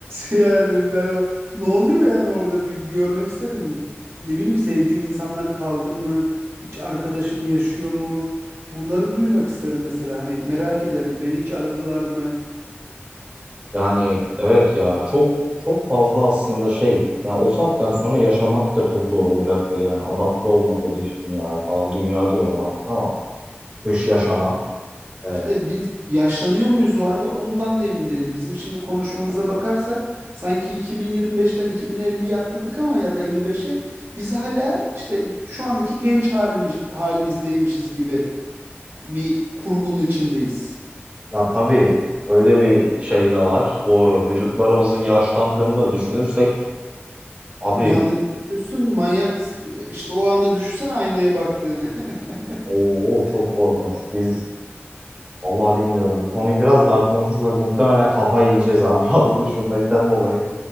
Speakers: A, on the right; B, on the right.
A: Yani ben o ne oluyor yani orada bir görmek isterim. Ne bileyim sevdiğim insanlar kaldı mı? Hiç arkadaşım yaşıyor mu? Bunları duymak isterim mesela. Hani merak ederim. Beni hiç aradılar mı?
B: Yani evet ya çok çok fazla aslında şey. Yani o saatten sonra yaşamak da çok zor olacaktır yani. Adapte olmak o dış dünyaya falan. Dünya diyorum artık ama dış yaşama. Ee,
A: İşte biz yaşlanıyor muyuz o arada? Ondan da emin değilim. Bizim şimdi konuşmamıza bakarsak sanki 2025'ten 2050'ye atladık ama ya da 55'e biz hala işte şu andaki genç halimiz, halimizdeymişiz gibi bir kurgunun içindeyiz.
B: ya tabii öyle bir şey de var. Doğru. Vücutlarımızın yaşlandığını da düşünürsek abi
A: Bir anda düşünüyorsun manyak işte o anda düşünsen aynaya baktığını. <laughs>
B: o çok korkunç. Biz Vallahi bilmiyorum. Bu konuyu biraz daha konuşursak muhtemelen kafayı yiyeceğiz abi <laughs> fazla düşünmekten dolayı.